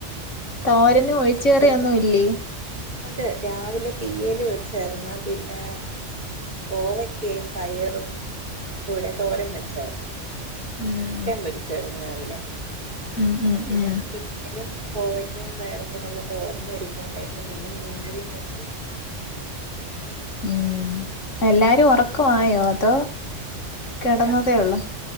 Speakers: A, on the right; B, on the left.
A: ഉം
B: തോരനും
A: മീൻ
B: ഒഴിച്ചുകറിയൊന്നും
A: വറുത്തേ
B: ഇല്ലേ
A: ഒണ്ട് രാവിലെ തീയല് വെച്ചാരുന്നു പിന്നെ കോവക്കയും പയറും കൂടെ തോരൻ വെച്ചാരുന്നു
B: ഉം
A: മൊട്ടേം പൊരിച്ചായിരുന്നു രാവിലെ
B: ഉം ഉം
A: പിന്നെ
B: ഉം
A: തീയലും കോവയ്ക്കയും പയറും കൂടെയുള്ള തോരനും ഇരുപ്പുണ്ടായിരുന്നു പിന്നെ മീൻകറിയും വെച്ച്
B: ഉം എല്ലാരും
A: ആൾക്ക്
B: ഉറക്കമായോ അതോ കിടന്നതേയുള്ളോ
A: ഇല്ല